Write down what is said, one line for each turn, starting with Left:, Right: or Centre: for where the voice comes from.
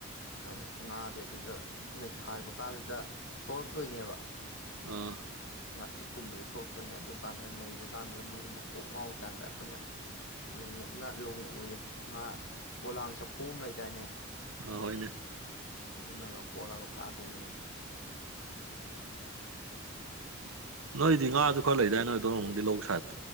Left: ꯑꯝ ꯉꯥꯁꯦ ꯑꯗꯨꯗ ꯅꯩꯈꯥꯏꯕ ꯀꯥꯟꯗꯨꯗ ꯊꯣꯛꯂꯛꯇꯣꯏꯅꯦꯕ
Right: ꯑꯥ
Left: ꯉꯥꯆꯤꯛꯀꯨꯝꯕꯁꯦ ꯊꯣꯛꯂꯛꯇꯣꯏꯅꯦ ꯑꯗꯨꯀꯥꯟꯗ ꯅꯩꯕ ꯀꯥꯟꯗꯨꯗ ꯃꯣꯏꯁꯦ ꯃꯀꯣꯛ ꯉꯥꯎꯔꯀꯥꯟꯗ ꯑꯩꯈꯣꯏꯅ ꯂꯨꯉꯞꯅ ꯂꯨꯉꯎꯌꯦ ꯃꯥ ꯄꯣꯂꯥꯡ ꯆꯐꯨ ꯑꯃ ꯂꯩꯗꯥꯏꯅꯦ
Right: ꯑ ꯍꯣꯏꯅꯦ
Left: ꯑꯗꯨꯅꯒ ꯀꯣꯜꯂꯒ ꯐꯥꯗꯣꯏꯅꯦ
Right: ꯅꯣꯏꯗꯤ ꯉꯥꯁꯨ ꯈꯔ ꯂꯩꯗꯥꯏ ꯅꯣꯏ ꯑꯗꯣꯝ ꯂꯣꯝꯒꯤ ꯂꯧ ꯁꯥꯥꯏꯠ